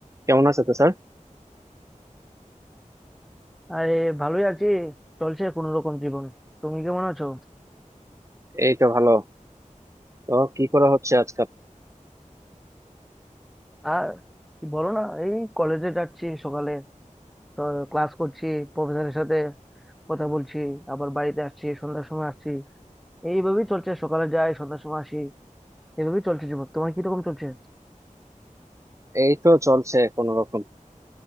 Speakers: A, on the right; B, in the centre.
A: কেমন আছে তো স্যার
B: আরে ভালোই আছি চলছে কোনো রকম জীবন তুমি কেমন আছো
A: এই তো ভালো তো কি করা হচ্ছে আজকাল
B: আর কি বলো না এই কলেজে যাচ্ছি সকালে তো ক্লাস করছি প্রফেসরের সাথে কথা বলছি আবার বাড়িতে আসছি সন্ধ্যার সময় আসছি এইভাবেই চলছে সকালে যাই সন্ধ্যার সময় আসি এইভাবেই চলছে জীবন তোমার কিরকম চলছে
A: এই তো চলছে কোনো রকম